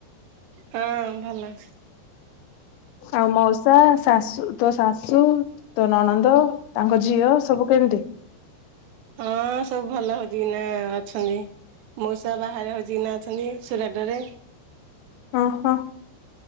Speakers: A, on the right; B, on the left.
A: ହଁ ଭଲ।
B: ଆଉ ମୋଉସା, ଶାଶୁ, ତୋ ଶାଶୁ ତୋ ନଣନ୍ଦ, ତାଙ୍କ ଝିଅ, ସବୁ କେମତି?
A: ହଁ ସବୁ ଭଲ ହଜିକି ନା ଅଛନ୍ତି। ମୋଉଷା ବାହାରେ ହଜିିକିନା ଅଛନ୍ତି ସୁରାଟରେ।
B: ଅହ,